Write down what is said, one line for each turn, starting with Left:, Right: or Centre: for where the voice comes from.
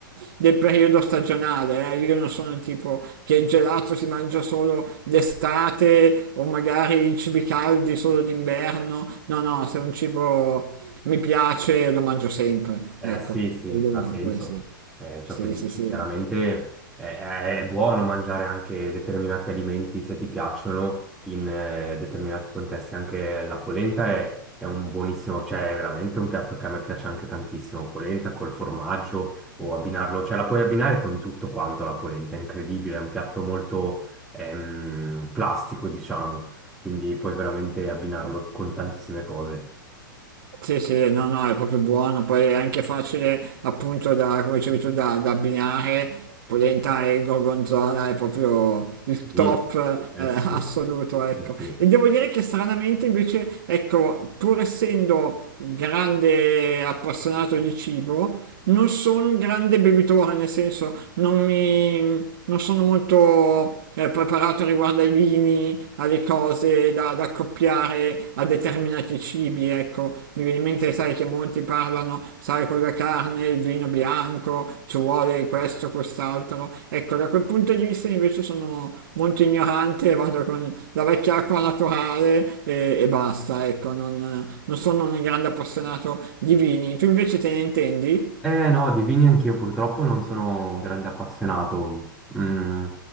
Right: del periodo stagionale. eh. Io non sono il tipo che il gelato si mangia solo d'estate o magari i cibi caldi solo d'inverno. No, no, se è un cibo mi piace, lo mangio sempre,
Centre: Eh
Right: ecco,
Centre: sì, sì,
Right: quello,
Centre: ha senso
Right: quello sì.
Centre: eh, ciò
Right: Sì,
Centre: che dici.
Right: sì, sì.
Centre: Chiaramente eh, è, è buono mangiare anche determinati alimenti se ti piacciono in eh, determinati contesti. Anche la polenta è, è un buonissimo, cioè è veramente un piatto che a me piace anche tantissimo. Polenta col formaggio o abbinarlo, cioè la puoi abbinare con tutto quanto la polenta, è incredibile, è un piatto molto ehm, plastico, diciamo, quindi puoi veramente abbinarlo con tantissime cose.
Right: Sì, sì, no, no, è proprio buono, poi è anche facile appunto da, come dicevi tu, da, da abbinare, polenta e gorgonzola è proprio il
Centre: Sì,
Right: top
Centre: eh
Right: eh,
Centre: sì,
Right: assoluto, ecco.
Centre: eh sì.
Right: E devo dire che stranamente invece, ecco, pur essendo grande appassionato di cibo, non sono un grande bevitore, nel senso non mi... non sono molto eh, preparato riguardo ai vini, alle cose da, da accoppiare a determinati cibi, ecco. Mi viene in mente, sai, che molti parlano, sai, con la carne, il vino bianco, ci vuole questo, quest'altro. Ecco, da quel punto di vista invece sono molto ignorante, <laughs> vado con la vecchia acqua naturale e, e basta, ecco. Non, non sono un grande appassionato di vini. Tu invece te ne intendi?
Centre: Eh no, di vini anch'io purtroppo non sono un grande appassionato, Mm,